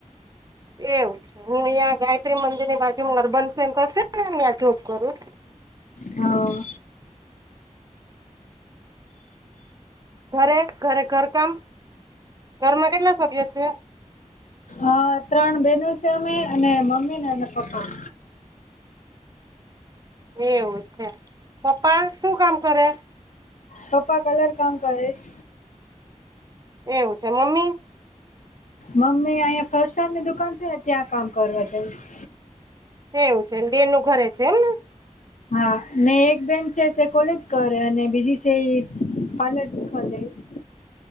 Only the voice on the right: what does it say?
એવ હું અયા ગાયત્રી મંદિરની બાજુમા અર્બન સેન્ટર છે ને ન્યાં જોબ કરું
ઘરે ઘરે ઘરકામ ઘરમાં કેટલા સભ્ય છે?
એવું છે પપ્પા શું કામ કરે?
એવું છે મમ્મી?
એવું છેને બેનું ઘરે છે એમ ને?